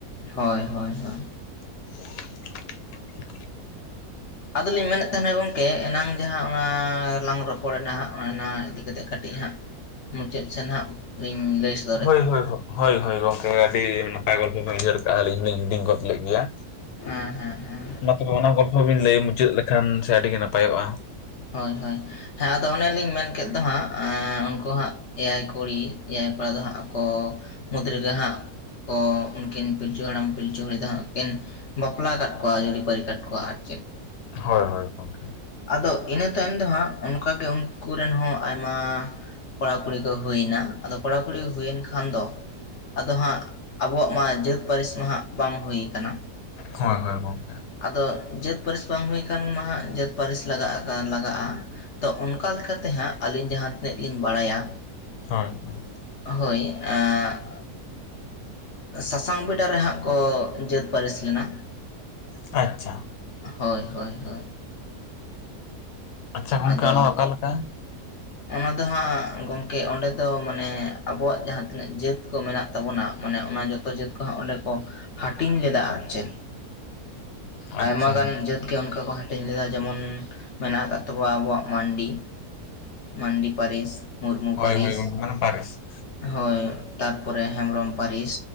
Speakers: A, on the left (about 55°); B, on the left (about 85°).
A: ᱦᱳᱭ ᱦᱳᱭ ᱦᱳᱭ᱾
B: <inaudible>
A: ᱟᱫᱚ ᱞᱤᱧ ᱢᱮᱱᱮᱜ ᱛᱟᱦᱮᱸᱱᱟ ᱜᱚᱢᱠᱮ ᱮᱱᱟᱝ ᱡᱟᱦᱟᱸᱼᱼ ᱚᱱᱟ ᱞᱟᱝ ᱨᱚᱯᱚᱲᱨᱱᱟ ᱦᱟᱸᱜ ᱚᱱᱮ ᱚᱱᱟ ᱤᱫᱤ ᱠᱟᱛᱮᱜ ᱠᱟᱹᱴᱤᱡ ᱦᱟᱸᱜᱼᱼ ᱢᱩᱪᱟᱹᱫ ᱥᱮᱱ ᱦᱟᱸᱜ ᱞᱤᱧ ᱞᱟᱹᱭ ᱥᱮᱼᱼ
B: ᱦᱳᱭ ᱦᱳᱭ ᱦᱳᱭ ᱦᱳᱭ ᱜᱚᱢᱠᱮ ᱟᱹᱰᱤ ᱱᱟᱯᱟᱭ ᱜᱚᱞᱯᱚ ᱵᱮᱱ ᱩᱭᱦᱟᱹᱨ ᱠᱟᱜ-ᱟ ᱟᱹᱞᱤᱧ ᱦᱚᱸ ᱞᱤᱧ ᱦᱤᱰᱤᱧ ᱜᱚᱫ ᱞᱮᱫ ᱜᱮᱭᱟ᱾
A: ᱦᱮᱸ ᱦᱮᱸ ᱦᱮᱸ
B: ᱢᱟ ᱛᱚᱵᱮ ᱚᱱᱟ ᱜᱚᱞᱯᱷᱚ ᱵᱤᱱ ᱞᱟᱹᱭ ᱢᱩᱪᱟᱹᱜ ᱞᱮᱠᱷᱟᱱ ᱥᱮ ᱟᱹᱰᱤ ᱜᱮ ᱱᱟᱯᱟᱭᱚᱜᱼᱟ᱾
A: ᱦᱳᱭ ᱦᱳᱭ ᱦᱮᱸ ᱟᱫᱚ ᱚᱱᱮ ᱞᱤᱧ ᱢᱮᱱ ᱠᱮᱫ ᱫᱚ ᱦᱟᱸᱜ ᱟᱸᱻ ᱩᱱᱠᱩ ᱦᱟᱸᱜᱼᱼ ᱮᱭᱟᱭ ᱠᱩᱲᱤ ᱮᱭᱟᱭ ᱠᱚᱲᱟ ᱫᱚ ᱦᱟᱸᱜ ᱟᱠᱚ ᱢᱩᱫᱽ ᱨᱮᱜᱮ ᱦᱟᱸᱜᱼᱼ ᱠᱚ ᱩᱱᱠᱤᱱ ᱯᱤᱞᱪᱩ ᱦᱟᱲᱟᱢ ᱯᱤᱞᱪᱩ ᱦᱩᱲᱤ ᱫᱚ ᱦᱟᱸᱜ ᱠᱤᱱᱼᱼ ᱵᱟᱯᱞᱟ ᱟᱠᱟᱫ ᱠᱚᱣᱟ ᱡᱩᱨᱤᱼᱯᱟᱹᱨᱤ ᱠᱟᱫ ᱠᱚᱣᱟ ᱟᱨ ᱪᱮᱫᱼᱼ
B: ᱦᱳᱭ ᱦᱳᱭ ᱜᱚᱝᱠᱮ
A: ᱟᱫᱚ ᱤᱱᱟᱹ ᱛᱟᱭᱚᱢ ᱫᱚ ᱦᱟᱸᱜ ᱚᱱᱠᱟᱜᱮ ᱩᱱᱠᱩ ᱨᱮᱱ ᱦᱚᱸ ᱟᱭᱢᱟ ᱠᱚᱲᱟ ᱠᱩᱲᱤ ᱠᱚ ᱦᱩᱭᱱᱟ ᱟᱫᱚ ᱠᱚᱲᱟ ᱠᱩᱲᱤ ᱦᱩᱭᱮᱱ ᱠᱷᱟᱱ ᱫᱚ ᱟᱫᱚ ᱦᱟᱸᱜ ᱟᱵᱚᱣᱟᱜ ᱢᱟ ᱡᱟᱹᱛ ᱯᱟᱹᱨᱤᱥ ᱢᱟ ᱦᱟᱸᱜ ᱵᱟᱝ ᱦᱩᱭ ᱠᱟᱱᱟ
B: ᱦᱳᱭ ᱦᱳᱭ ᱜᱚᱢᱠᱮ
A: ᱟᱫᱚ ᱡᱟᱹᱛ ᱯᱟᱹᱨᱤᱥ ᱵᱟᱝ ᱦᱩᱭ ᱠᱷᱟᱱ ᱢᱟ ᱡᱟᱹᱛ ᱯᱟᱹᱨᱤᱥ ᱞᱟᱜᱟᱜ ᱞᱟᱜᱟᱜᱼᱟ ᱛᱚ ᱚᱱᱠᱟ ᱞᱮᱠᱟᱛᱮ ᱦᱟᱸᱜ ᱟᱹᱞᱤᱧ ᱡᱟᱦᱟᱸ ᱛᱤᱱᱟᱹᱜ ᱞᱤᱧ ᱵᱟᱲᱟᱭᱟ
B: ᱦᱳᱭ ᱦᱳᱭ
A: ᱦᱚᱭ ᱟᱸᱻᱼᱼ ᱥᱟᱥᱟᱝ ᱵᱮᱰᱟ ᱨᱮ ᱦᱟᱸᱜ ᱠᱚ ᱡᱟᱹᱛ ᱯᱟᱹᱨᱤᱥ ᱞᱮᱱᱟ
B: ᱟᱪᱪᱷᱟ
A: ᱦᱳᱭ ᱦᱳᱭ ᱦᱳᱭ
B: ᱟᱪᱪᱷᱟ ᱜᱚᱝᱠᱮ
A: ᱟᱫᱚ
B: ᱚᱱᱟᱫᱚ ᱚᱠᱟ ᱞᱮᱠᱟ
A: ᱚᱱᱟ ᱫᱚ ᱦᱟᱸᱜ ᱜᱚᱢᱠᱮ ᱚᱸᱰᱮ ᱫᱚ ᱢᱟᱱᱮ ᱟᱵᱚᱣᱟᱜ ᱡᱟᱦᱟᱸ ᱛᱤᱱᱟᱹᱜ ᱡᱟᱹᱛ ᱠᱚ ᱢᱮᱱᱟᱜ ᱛᱟᱵᱚᱱᱟ ᱢᱟᱱᱮ ᱚᱱᱟ ᱡᱚᱛᱚ ᱡᱚᱛᱚ ᱡᱟᱹᱛ ᱠᱚᱦᱚᱸ ᱚᱸᱰᱮ ᱠᱚ ᱦᱟᱹᱴᱤᱧ ᱞᱮᱫᱟ ᱟᱨ ᱪᱮᱫ ᱟᱭᱢᱟ
B: ᱟᱪᱪᱷᱟ
A: ᱜᱟᱱ ᱡᱟᱹᱛ ᱜᱮ ᱚᱱᱠᱟ ᱠᱚ ᱦᱟᱹᱼᱼ ᱦᱟᱹᱴᱤᱧ ᱞᱮᱫᱟ ᱡᱮᱢᱚᱱ ᱢᱮᱱᱟᱜ ᱟᱠᱟᱫ ᱛᱟᱵᱚᱱᱟ ᱟᱵᱚᱣᱟᱜ ᱢᱟᱱᱰᱤ ᱢᱟᱱᱰᱤ ᱯᱟᱹᱨᱤᱥ ᱢᱩᱨᱢᱩ
B: ᱦᱳᱭ
A: ᱯᱟᱹᱨᱤᱥ
B: ᱦᱳᱭ ᱜᱚᱝᱠᱮ ᱢᱟᱱᱮ ᱯᱟᱹᱨᱤᱥ
A: ᱦᱚᱭ ᱛᱟᱨᱯᱚᱨᱮ ᱦᱮᱢᱵᱨᱚᱢ ᱯᱟᱹᱨᱤᱥ